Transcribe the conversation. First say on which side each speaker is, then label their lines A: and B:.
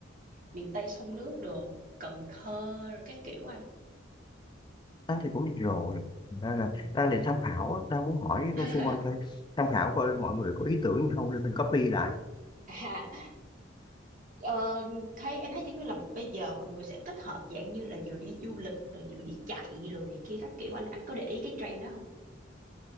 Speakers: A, on the right; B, on the left.
A: miền Tây sông nước đồ Cần Thơ rồi các kiểu anh
B: Anh thì cũng đi rồi Thành ra
A: ừ.
B: là đang định tham khảo á, đang muốn hỏi
A: <laughs>
B: cái xung quanh coi tham khảo coi mọi người có ý tưởng gì không để mình copy lại
A: À, ờ, thấy em thấy kiểu như là bây giờ mọi người sẽ kết hợp dạng như là vừa đi du lịch rồi vừa đi chạy rồi này kia các kiểu anh anh có để ý cái trend đó không?